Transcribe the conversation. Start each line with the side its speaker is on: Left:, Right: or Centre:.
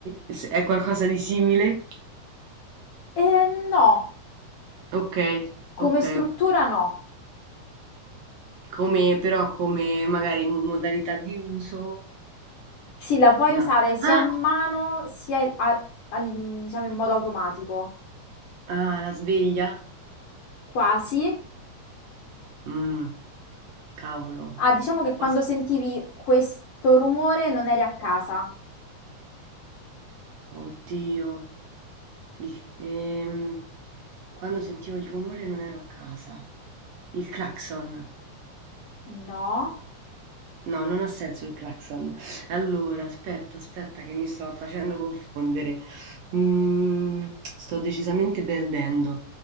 Right: s- è qualcosa di simile?
Left: Eh, no,
Right: Ok,
Left: come
Right: ok,
Left: struttura
Right: ok.
Left: no.
Right: Come, però come magari modalità di uso,
Left: Sì, la puoi
Right: no.
Left: usare sia
Right: Ah,
Left: a Ah. mano sia a- a- diciamo in modo automatico,
Right: ah, la sveglia?
Left: quasi.
Right: Mm, cavolo.
Left: Ah, diciamo che quando
Right: As-
Left: sentivi questo rumore non eri a casa.
Right: Oddio. Il- ehm, quando sentivo il rumore non ero a casa. Il clacson.
Left: No, No.
Right: No, non ha senso il clacson. Allora, aspetta, aspetta che mi sto facendo confondere. Mm, sto decisamente perdendo.